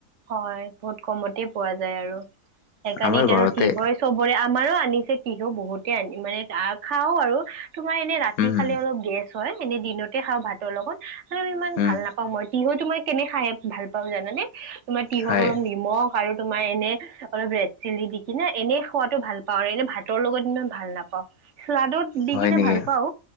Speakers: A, on the right; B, on the left.
A: হয়, বহুত কমতে পোৱা যায় আৰু সেইকাৰণে
B: আমাৰ
A: এতিয়াতো
B: ঘৰতে
A: তিয়হঁৰ চবৰে আমাৰো আনিছে তিহু বহুতে আনি মানে তাক খাওঁ আৰু। তোমাৰ এনে ৰাতি
B: উম
A: খালে অলপ গেছ হয়, এনে দিনতে খাওঁ ভাতৰ লগত আৰু ইমান
B: উম
A: ভাল নাপ ওঁ মই তিহুটো তোমাৰ কেনে খাই ভাল পাওঁ জানানে? তোমাৰ তিহঁত
B: হয়
A: অলপ নিমখ আৰু তোমাৰ এনে অলপ ৰেড চিলি দি কিনে, এনেই খোৱাটো ভাল পাওঁ আৰু এনে ভাতৰ লগত ইমান ভাল নাপাওঁ। শ্লাডত দি
B: হয়
A: কিনে
B: নেকি
A: ভাল পাও